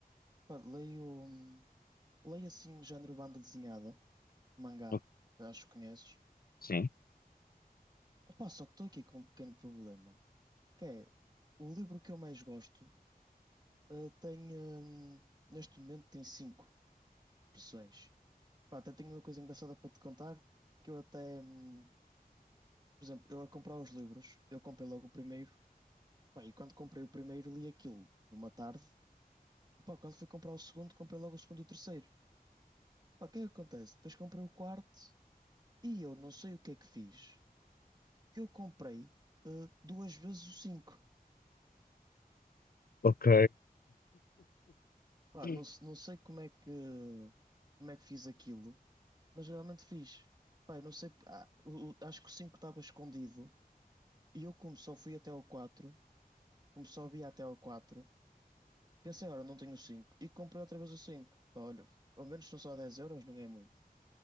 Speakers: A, on the right (about 25°); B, on the left (about 70°).
A: Pá, leio, hum, leio assim, género banda desenhada, mangá,
B: O-
A: acho que conheces.
B: Sim.
A: Opá, só que estou aqui com um pequeno problema, que é, o livro que eu mais gosto, eh, tem, hum, neste momento tem cinco versões. Pá, até tenho uma coisa engraçada para te contar, que eu até, hum, por exemplo, eu a comprar os livros, eu comprei logo o primeiro, pá, e quando comprei o primeiro li aquilo numa tarde, pá, quando fui comprar o segundo, comprei logo o segundo e o terceiro. Pá, o que é que acontece? Depois comprei o quarto e eu não sei o que é que fiz, que eu comprei eh, duas vezes o cinco.
B: Ok.
A: Pá,
B: Sim.
A: não, se- não sei como é que, como é que fiz aquilo, mas realmente fiz. Pá, eu não sei, ah, o- o- acho que o cinco estava escondido e eu como só fui até ao quatro como só havia até ao 4, pensei, ora, não tenho o 5 e comprei outra vez o 5. Pá, Olha, ao menos são só 10 euros, não é muito.